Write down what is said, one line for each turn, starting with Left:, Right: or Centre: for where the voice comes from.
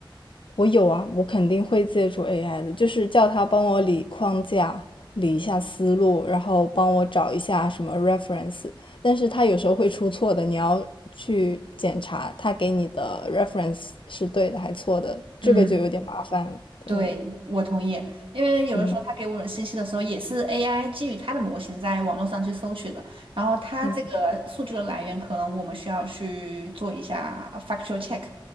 Left: 我有啊，我肯定会借助 AI 的，就是叫他帮我理框架、理一下思路，然后帮我找一下什么 reference。但是他有时候会出错的，你要去检查他给你的 reference 是对的还错的，
Right: 嗯。
Left: 这个就有点麻烦了。
Right: 对，
Left: 对，
Right: 我同意，因为有的时候他给我的信息的时候，
Left: 嗯
Right: 也是 AI 基于它的模型在网络上去搜取的，然后它这个数据的来源，
Left: 嗯，
Right: 可能我们需要去做一下 factual check，